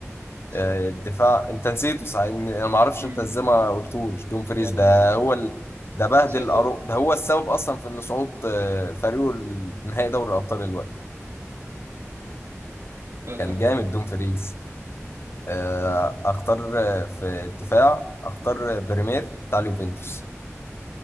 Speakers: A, on the right (about 60°); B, on the left (about 50°).
A: يا خسارة
B: آه، الدفاع انت نسيته صحيح إن- انا ما اعرفش
A: مم.
B: انت ازاي ما قلتوش دومفريز
A: والله
B: ده
A: نسيت
B: هو ال... ده بهدل
A: نسيت
B: أرو...
A: والله
B: ده هو السبب اصلا في ان صعود آه، فريقه لنهائي دوري الابطال الوقت
A: مم. يلا
B: كان
A: خير
B: جامد دومفريز آه، اختار آه، في الدفاع اختار آه، بريمير بتاع اليوفنتوس